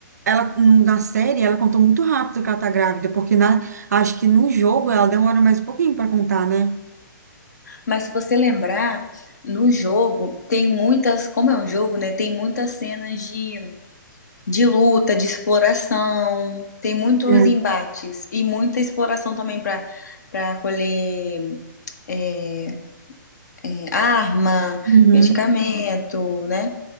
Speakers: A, on the right (about 55°); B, on the left (about 55°).
A: ela no- na série ela contou muito rápido que ela tá grávida, porque na, acho que no jogo ela demora mais um pouquinho pra contar, né?
B: Mas se você lembrar, no jogo tem muitas, como é um jogo, né? Tem muitas cenas de, de luta, de exploração, tem muitos
A: É.
B: embates e muita exploração também para para colher. é, é, arma,
A: Uhum.
B: medicamento, né?